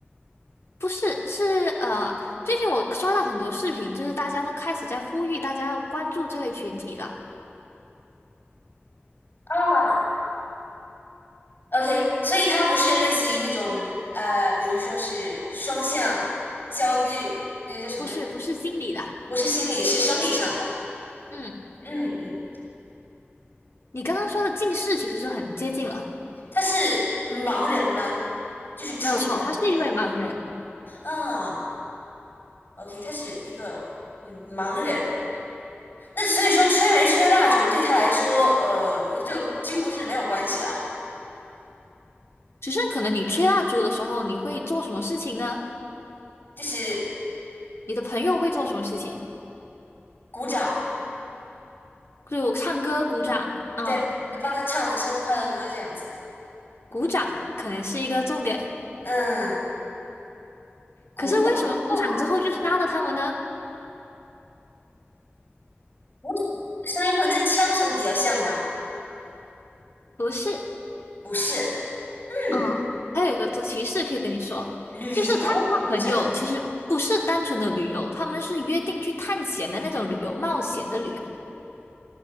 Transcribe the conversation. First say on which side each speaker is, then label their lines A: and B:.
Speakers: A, on the left (about 75°); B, on the left (about 55°).
A: 不是是呃，最近我刷到很多视频，就是大家都开始在呼吁大家要关注这类群体了，
B: 哦，OK，所以他不是类似于那种呃，比如说是双向焦虑，那叫什么？
A: 不是不是心理的，
B: 不是心理，是生理上的。
A: 嗯。
B: 嗯嗯，
A: 你刚刚说的近视其实是很接近了，
B: 他是盲人吗？就是纯盲的那种。
A: 没有错，他是一位盲人。
B: 啊 OK，他是一个嗯盲人，那所以说吹没吹蜡烛对他来说，呃，就几乎是没有关系了，
A: 只是可能你吹蜡烛的时候，你会做什么事情呢？
B: 就是
A: 你的朋友会做什么事情？
B: 鼓掌，
A: 就唱歌、鼓掌啊、
B: 对，帮他唱生日快乐歌这样子。
A: 鼓掌可能是一个重点。
B: 嗯，鼓掌，
A: 可是为什么鼓掌之后就杀了他们呢？
B: 哇，鼓掌声音会跟枪声比较像吗？
A: 不是，
B: 不是，嗯，
A: 嗯，还有一个提示可以跟你说，
B: 旅游鼓掌
A: 就是他跟他朋友其实不是单纯的旅游，他们是约定去探险的那种旅游，冒险的旅游。